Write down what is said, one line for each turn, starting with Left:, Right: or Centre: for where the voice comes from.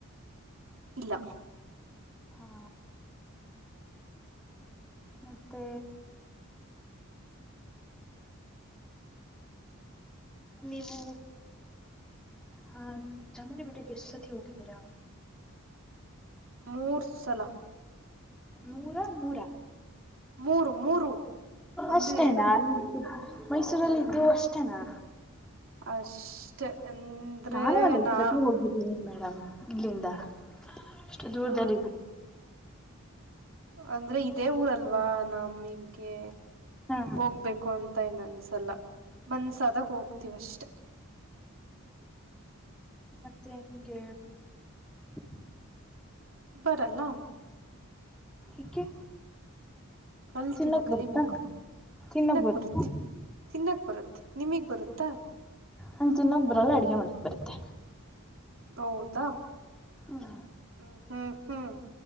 Right: ಇಲ್ಲ
Centre: ಹಾ ಮತ್ತೆ ನೀವು ಹಾ ಚಾಮುಂಡಿ ಬೆಟ್ಟಕ್ಕೆ ಎಷ್ಟ ಸತಿ ಹೋಗಿದ್ದೀರಾ
Right: ಮೂರ್ಸಲ
Centre: ನೂರ ಮೂರ
Right: ಮೂರು ಮೂರು ಒಂದು
Centre: ಅಷ್ಟೇ
Right: ಎರಡು
Centre: ನ
Right: ಮೂರು
Centre: ಮೈಸೂರಲ್ಲ ಇದಿದ್ದು ಅಷ್ಟೇನಾ
Right: ಅಷ್ಟ ಅಂದ್ರೆ
Centre: ನಾನು ಒಂದ್ ಐದ್
Right: ನಾ
Centre: ಸತಿ ಹೋಗಿದ್ದೀನಿ ಮೇಡಮ್ ಇಲ್ಲಿಂದ ಎಷ್ಟು ದೂರದಲ್ಲಿ
Right: ಹ
Centre: ಇದ್ದು
Right: ಅಂದ್ರೆ ಇದೇ ಊರಲ್ವಾ ನಮಗ್ಗೆ
Centre: ಹಾ
Right: ಹೋಗ್ಬೇಕು ಅಂತ ಅನ್ಸಲ್ಲ ಮನ್ಸಾದಾಗ ಹೋಗ್ತೀವ ಅಷ್ಟೆ
Centre: ಮತ್ತೆ ನಿಮ್ಗೆ <unintelligible>
Right: ಬರಲ್ಲ
Centre: ಏಕೆ
Right: ಕಲ್ತಿಲ್ಲ
Centre: ತಿನ್ನೋಕ್
Right: ಕಲಿಬೇಕು
Centre: ಬರುತ್ತಾ ತಿನ್ನೋಕ್
Right: ತಿನ್ನಕ್
Centre: ಬರುತ್ತಾ
Right: ಬರ್ತ್ತತಿ ತಿನ್ನಕ್ ಬರುತ್ತೆ ನಿಮಗ್ ಬರುತ್ತಾ
Centre: ನಂಗ್ ತಿನ್ನೋಕ ಬರಲ್ಲ ಅಡ್ಗೆ ಮಾಡಕ್ ಬರತ್ತೆ
Right: ಹೌದಾ
Centre: ಹ್ಮ್
Right: ಹ ಹ್ಮ ಹ್ಮ